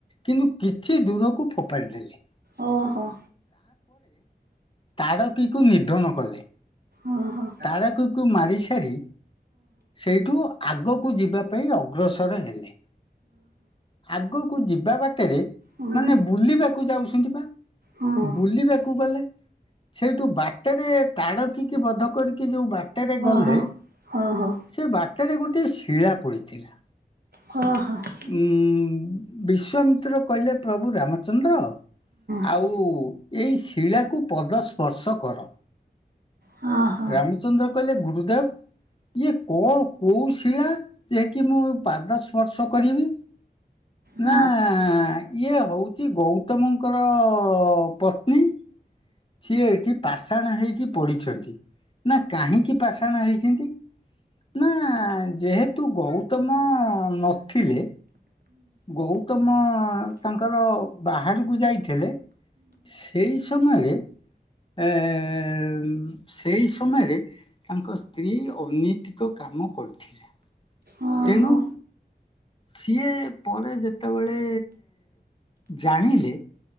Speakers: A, on the left (about 30°); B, on the right (about 65°).
A: କିନ୍ତୁ କିଛି ଦୂରକୁ ଫୋପାଡ଼ି ଦେଲେ।
B: ଓହୋ।
A: ତାଡକୀକୁ ନିଧନ କଲେ
B: ଓହୋ।
A: ତାଡକୀକୁ ମାରି ସାରି ସେଇଠୁ ଆଗକୁ ଯିବା ପାଇଁ ଅଗ୍ରସର ହେଲେ। ଆଗକୁ ଯିବା ବାଟରେ
B: ଓହୋ ଓହୋ
A: ମାନେ ବୁଲିବାକୁ ଯାଉଛନ୍ତି ପା।
B: ହଁ।
A: ବୁଲିବାକୁ ଗଲେ ସେଇଠୁ ବାଟରେ ତାଡକୀକି ବଧ କରିକି ଯୋଉ ବାଟରେ
B: ହଁ
A: ଗଲେ
B: ହଁ ହଁ।
A: ସେ ବାଟରେ ଗୋଟିଏ ଶିଳା ପଡିଥିଲା।
B: ହଁ ହଁ।
A: ଉଁ ବିଶ୍ଵାମିତ୍ର କହିଲେ ପ୍ରଭୁ ରାମଚନ୍ଦ୍ର
B: ହଁ
A: ଆଉ
B: ହଁ
A: ଏଇ ଶିଳାକୁ ପଦ ସ୍ପର୍ଶ କର
B: ହଁ ହଁ।
A: ରାମଚନ୍ଦ୍ର କହିଲେ ଗୁରୁଦେବ ଇଏ କଣ କୋଉ ଶିଳା ଯେ କି ମୁଁ ପାଦ ସ୍ପର୍ଶ କରିବି?
B: ହଁ
A: ନା
B: ହୁଁ।
A: ଇଏ ହୋଉଛି ଗୌତମଙ୍କର ପତ୍ନୀ ସିଏ ଏଠି ପାଷାଣ ହେଇକି ପଢିଛନ୍ତି। ନା କାହିଁକି ପାଷାଣ ହେଇଛନ୍ତି? ନା ଯେହେତୁ ଗୌତମ ନଥିଲେ। ଗୌତମ ତାଙ୍କର ବାହାହାରକୁ ଯାଇଥିଲେ। ସେଇ ସମୟରେ ଏଁ ସେଇ ସମୟରେ ତାଙ୍କ ସ୍ତ୍ରୀ ଅନୈତିକ କାମ କରିଥିଲେ।
B: ଓହୋ
A: ତେଣୁ
B: ହଁ ଓହୋ। ଓହୋ
A: ସିଏ ପରେ ଯେତେବେଳେ ଜାଣିଲେ